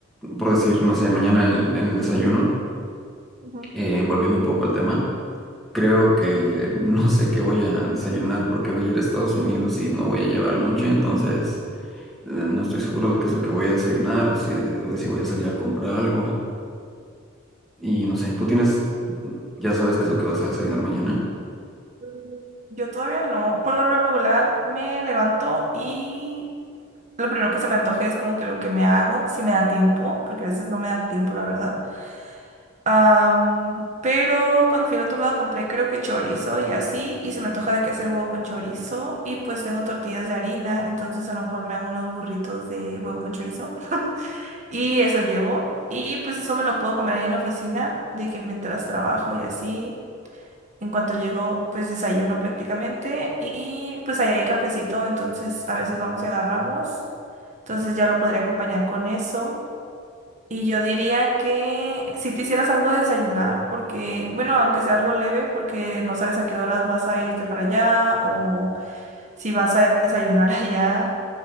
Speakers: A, in the centre; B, on the right (about 35°).
A: por decir, no sé, mañana en, en el desayuno,
B: ujú.
A: eh, volviendo un poco al tema, creo que <laughs> no sé qué voy a desayunar porque voy a ir a Estados Unidos y no voy a llevar lonche, entonces eh, no estoy seguro de qué es lo que voy a desayunar o si, o de si voy a salir a comprar algo y no sé, ¿tú tienes, ya sabes qué es lo que vas a desayunar mañana?
B: Mm, Yo todavía no. Por lo regular me levanto y lo primero que se me antoje es como que lo que me hago, si me da tiempo, porque a veces no me da tiempo, la verdad. Am, pero cuando fui al otro lado compré creo que chorizo y así, y se me antoja de que hacer huevo con chorizo, y pues tengo tortillas de harina, entonces a lo mejor me hago unos burritos de huevo con chorizo, y eso llevo, y pues eso me lo puedo comer ahí en la oficina, de que mientras trabajo y así, en cuanto llego pues desayuno prácticamente, y pues ahí hay cafecito, entonces a veces vamos y agarramos, entonces ya lo podría acompañar con eso. Y yo diría que si te hicieras algo de desayunar, porque, bueno, aunque sea algo leve, porque no sabes a qué horas vas a irte para allá o si vas a desayunar <laughs> allá.